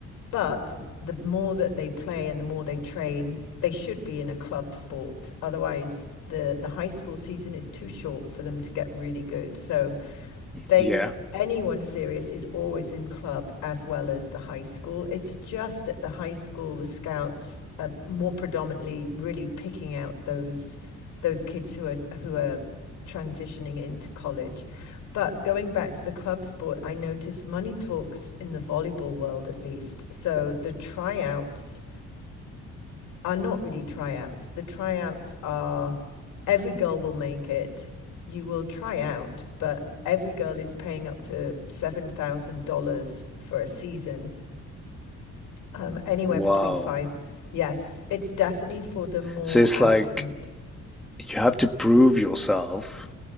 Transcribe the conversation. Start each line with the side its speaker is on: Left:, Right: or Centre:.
Left: But the more that they play and the more they train, they should be in a club sport. Otherwise, the the high school season is too short for them to get really good. So they
Centre: Yeah.
Left: anyone serious is always in club as well as the high school. It's just at the high school the scouts are more predominantly really picking out those those kids who are who are transitioning into college. But going back to the club sport, I noticed money talks in the volleyball world at least. So the tryouts are not really tryouts. The tryouts are every girl will make it. You will try out, but every girl is paying up to $7,000 for a season, um, anywhere
Centre: Wow.
Left: between five. Yes, it's definitely for the more
Centre: So it's
Left: affluent.
Centre: like you have to prove yourself